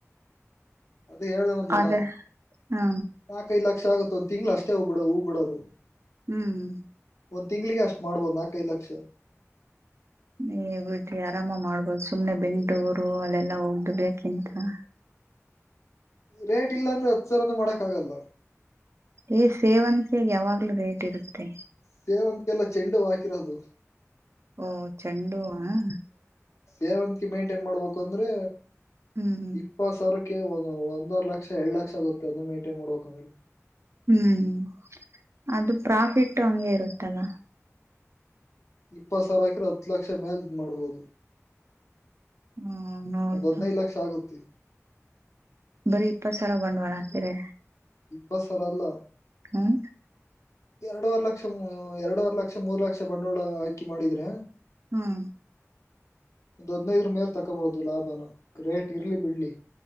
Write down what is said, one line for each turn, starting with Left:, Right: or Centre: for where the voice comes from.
Left: ಅದೇ ಹೇಳ್ದೆ ನಂದು
Right: ಅದೇ
Left: ನ
Right: ಹಾ
Left: ನಾಕೈಲ್ಲ. ಯಕ್ಷ ಆಗುತ್ತೆ ಒಂದು ತಿಂಗ್ಳ ಅಷ್ಟೇ ಹೂ ಬಿಡದು ಹೂ ಬಿಡದು.
Right: ಹ್ಮ್
Left: ಒಂದ್ ತಿಂಗ್ಳಿಗೆ ಅಷ್ಟ್ ಮಾಡ್ಬೋದು ನಾಕೈದು ಲಕ್ಷ.
Right: ನೀ ಬಿಡ್ರಿ ಆರಾಮ ಮಾಡ್ಬೋದು ಸುಮ್ನೆ ಬೆಂಗಳೂರು ಅಲ್ಲೆಲ್ಲಾ ಹೋಗಿ ದುಡಿಯೊಕ್ಕಿಂತ. <inaudible>
Left: ರೇಟ್ ಇಲ್ಲ ಅಂದ್ರೆ ಹತ್ತುಸಾವಿರನು ಮಾಡಕ್ ಆಗಲ್ಲ.
Right: ಏ ಸೇವಂತಿಕೆಗೆ ಯಾವಾಗ್ಲೂ ರೇಟ್ ಇರುತ್ತೆ.
Left: ಸೇವಂತಕೆ ಅಲ್ಲ ಚೆಂಡುಹೂವ ಹಾಕಿರೋದು.
Right: ಓ ಚೆಂಡುಹೂವನ.
Left: ಸೇವಂತಿಗೆ ಮೇಂಟೇನ್ ಮಾಡ್ಬೇಕು ಅಂದ್ರೆ
Right: ಹ್ಮ್
Left: ಇಪ್ಪತ್ ಸಾವಿರಕ್ಕೆ ಒಂದವರ್ ಲಕ್ಷ ಎರಡ್ ಲಕ್ಷ ಆಗುತ್ತೆ ಅದ ಮೈಂಟೈನ್ ಮಾಡ್ಬೇಕಂದ್ರೆ.
Right: ಹ್ಮ್ ಅದು ಪ್ರಾಫಿಟ್ ಹಂಗೆ ಇರುತ್ತಲ್ಲ.
Left: ಇಪ್ಪತ್ ಸಾವಿರ ಹಾಕಿರ ಹತ್ತು ಲಕ್ಷ ಮೇಲ್ ಮಾಡ್ಬೋದು.
Right: ಹ್ಮ್ ನೋಡ್ತು
Left: ಒಂದು ಹದಿನೈದುಲಕ್ಷ ಆಗುತ್ತೆ.
Right: ಬರೀ ಇಪ್ಪತ್ತು ಸಾವಿರ ಬಂಡವಾಳ ಹಾಕಿರೆ.
Left: ಇಪ್ಪತ್ತು ಸಾವಿರ ಅಲ್ಲ.
Right: ಹ್ಮ್
Left: ಎರಡುವರ್ ಲಕ್ಷ ಎರಡುವರ್ ಲಕ್ಷ ಮೂರ್ ಲಕ್ಷ ಬಂಡವಾಳ ಹಾಕಿ ಮಾಡಿದ್ರೆ.
Right: ಹ್ಮ
Left: ಒಂದು ಹದಿನೈದುರೂ ಮೇಲೆ ತಕೋಬಹುದು ಲಾಭನ ರೇಟ್ ಇರ್ಲಿ ಬಿಡ್ಲಿ.